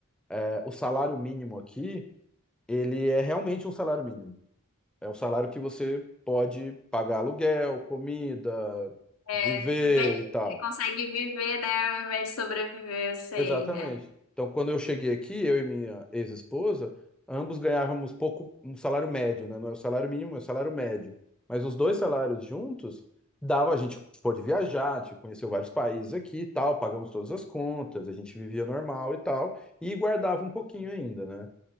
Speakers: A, in the centre; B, on the left.
A: é, o salário mínimo aqui, ele é realmente um salário mínimo. É um salário que você pode pagar aluguel, comida,
B: É,
A: viver
B: ve-
A: e tal.
B: é, consegue viver, né, ao invés de sobreviver, eu sei.
A: Exatamente.
B: É,
A: Então, quando eu cheguei aqui, eu e minha ex-esposa, ambos ganhávamos pouco, um salário médio, né? Não é o salário mínimo, é o salário médio. Mas os dois salários juntos dava, a gente pôde viajar, a gente conheceu vários países aqui e tal, pagamos todas as contas, a gente vivia normal e tal, e guardava um pouquinho ainda, né?